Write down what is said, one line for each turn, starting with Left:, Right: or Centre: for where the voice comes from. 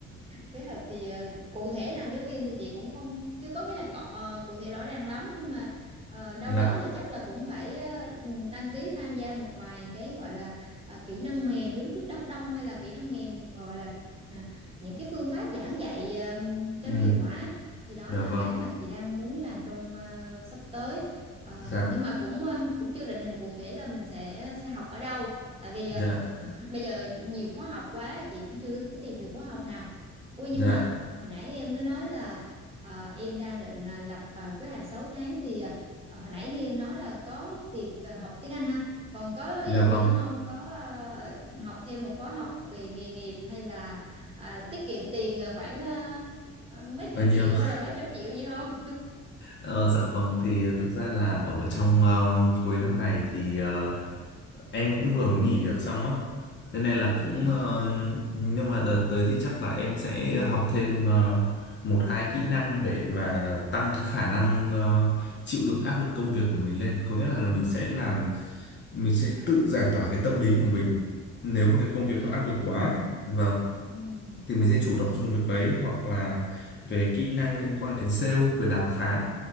Right: kế hoạch thì ờ, cụ thể làm giáo viên thì chị cũng không chưa có kế hoạch cọ, ờ, cụ thể rõ ràng lắm nhưng mà ờ, đâu
Left: dạ
Right: đó thì chắc là cũng phải ờ, ừ, đăng ký tham gia một vài cái gọi là ờ, kỹ năng mềm đứng trước đám đông hay là kỹ năng mềm gọi là à, những cái phương pháp giảng dạy ờ,
Left: ừ
Right: cho nó hiệu quả thì đó
Left: Dạ
Right: là
Left: vâng,
Right: cái mà chị đang muốn làm trong ờ, sắp tới Ờ,
Left: dạ,
Right: nhưng mà cũng ờ, cũng chưa định hình cụ thể là mình sẽ sẽ học ở đâu tại vì
Left: dạ,
Right: ờ, <laughs> bây giờ nhiều khóa học quá chị cũng chưa có tìm được khóa học nào Ui nhưng
Left: dạ,
Right: mà hồi nãy em mới nói là ờ, em đang định à, lập à, kế hoạch 6 tháng thì à, hồi nãy như em nói là có việc à, học tiếng Anh ha. Còn có ý
Left: dạ
Right: định
Left: vâng,
Right: gì nữa không? Có à, học thêm một khóa học về nghề nghiệp hay là à, tiết kiệm tiền à, khoảng à, à, mấy
Left: bao
Right: chục
Left: nhiêu?
Right: triệu
Left: <laughs>
Right: hay là mấy trăm triệu gì không?
Left: Ờ, dạ vâng, thì ờ, thực ra là ở trong ờ, cuối năm này thì ờ, em cũng vừa mới nghỉ việc xong á, cho nên là cũng,
Right: Ừ.
Left: ờ, nhưng mà đợt tới thì chắc là em sẽ học thêm ờ, một hai kỹ năng để mà tăng cái khả năng ờ, chịu đựng áp lực công việc của mình lên, có nghĩa là mình sẽ làm, mình sẽ tự giải tỏa cái tâm lý của mình nếu mà cái công việc
Right: Ừ.
Left: nó áp lực quá. Vâng.
Right: Ừ.
Left: thì mình sẽ chủ động trong việc đấy hoặc là về kỹ năng liên quan đến sale về đàm phán